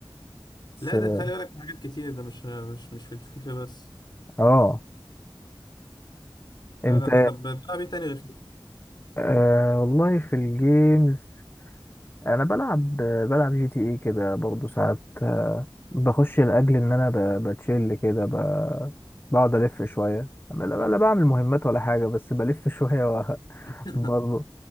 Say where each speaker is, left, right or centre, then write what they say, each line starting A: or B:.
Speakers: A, on the left; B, on the left.
A: بس
B: لا
A: اه
B: ده خلي بالك من حاجات كتير ده مش مش مش في الفيفا بس
A: آه،
B: لا
A: انت
B: لا ده طب بتلعب ايه تاني غير فيفا
A: آه والله في الجيمز انا بلعب بلعب جي تي اي كده برضه ساعات آه، بخش لاجل ان انا ب- بتشيل كده ب- بقعد الف شويه أما لا لا بعمل مهمات ولا حاجه بس بلف <laughs> شويه و-
B: <laughs>
A: برضه